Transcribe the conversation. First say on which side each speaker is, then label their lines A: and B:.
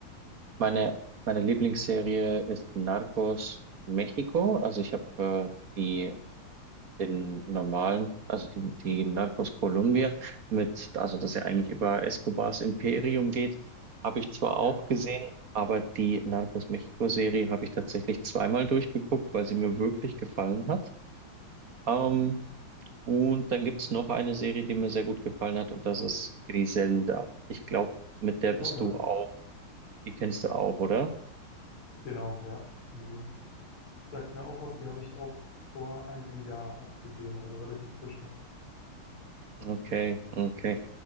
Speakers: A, on the right (about 45°); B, on the left (about 75°).
A: meine, meine Lieblingsserie ist Narcos Mexiko. Also ich habe äh, die den normalen, also die, die Narcos Colombia mit, also dass ja eigentlich über Escobars Imperium geht, habe ich zwar
B: Ja.
A: auch gesehen, aber die Narcos Mexiko Serie habe ich tatsächlich zweimal durchgeguckt, weil sie mir wirklich gefallen hat. Ähm, und dann gibt's noch eine Serie, die mir sehr gut gefallen hat, und das ist Griselda. Ich glaube, mit der bist
B: Oh ja.
A: du auch. Die kennst du auch, oder?
B: Genau, ja. Die sagt mir auch was, die habe ich auch vor einem Jahr erst gesehen, also relativ frisch noch.
A: Okay, okay.